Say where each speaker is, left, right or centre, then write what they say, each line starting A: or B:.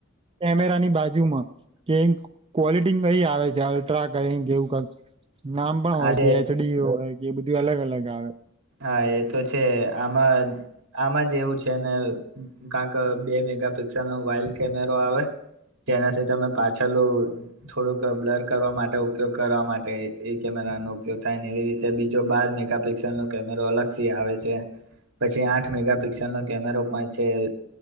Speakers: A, on the right; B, on the right.
A: કેમેરા ની બાજુ કીયુ મા કે ક્વોલિટી કઈ આવે છે હવે ટ્રા કરી એવું કાક નામ
B: મેગા
A: પણ હોય છે એચડી હોય એ બધું અલગ અલગ આવે
B: હા એ તો છે આમાં આમાં જે એવું છે ને કાંક બે મેગાપિક્સલનો વાઇલ્ડ કેમેરો આવે જેનાથી તમે પાછલું થોડુંક બ્લર કરવા માટે ઉપયોગ કરવા માટે એ કેમેરાનો ઉપયોગ થાય ને એવી રીતે બીજો બાર મેગાપિક્સલ નનો કેમેરો અલગ થી આવે છે પછી આઠ મેગા પિક્સલ નો કેમેરો પણ છે